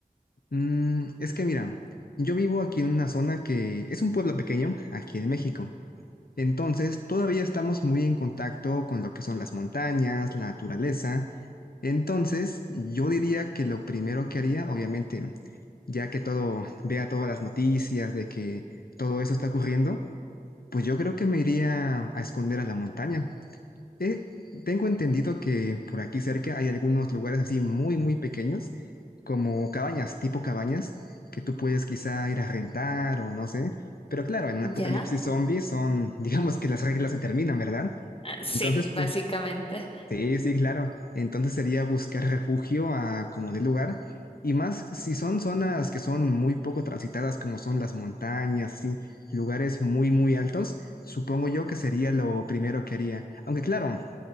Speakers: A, on the left (about 75°); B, on the left (about 35°).
A: Mm, es que mira, yo vivo aquí en una zona que es un pueblo pequeño, aquí en México. Entonces, todavía estamos muy en contacto con lo que son las montañas, la naturaleza. Entonces, yo diría que lo primero que haría, obviamente. ya que todo, vea todas las noticias de que todo eso está ocurriendo, pues yo creo que me iría a esconder a la montaña. Eh, tengo entendido que por aquí cerca hay algunos lugares así muy, muy pequeños, como cabañas, tipo cabañas, que tú puedes quizá ir a rentar o no sé. Pero claro, en un apocalipsis
B: ¿Ya?
A: zombie son, <laughs> digamos que las reglas se terminan, ¿verdad?
B: Ah, Sí,
A: Entonces,
B: básicamente.
A: pues Sí, sí, claro. Entonces sería buscar refugio a como de lugar. Y más si son zonas que son muy poco transitadas, como son las montañas, sí, lugares muy, muy altos, supongo yo que sería lo primero que haría. Aunque claro,